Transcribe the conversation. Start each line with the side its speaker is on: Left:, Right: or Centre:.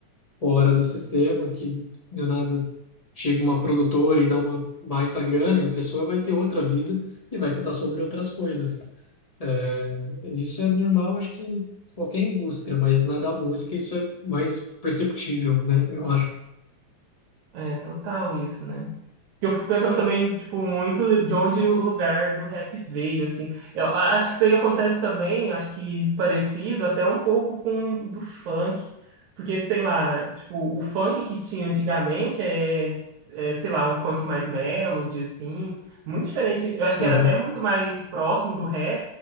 Left: fora do sistema, que do nada chega uma produtora e dá uma baita grana, e a pessoa vai ter outra vida e vai cantar sobre outras coisas. É, isso é normal, acho que em qualquer indústria, mas na da música isso é mais perceptível, né? Eu acho.
Right: É total isso, né? Que eu fico pensando também, tipo, muito de onde o lugar do rap veio, assim. Eu a- acho que isso daí acontece também, acho que parecido até um pouco com o do funk. Porque, sei lá, tipo, o funk que tinha antigamente é, é, sei lá, um funk mais melody, assim. Muito diferente. Eu acho
Left: Uhum.
Right: que era até muito mais próximo do rap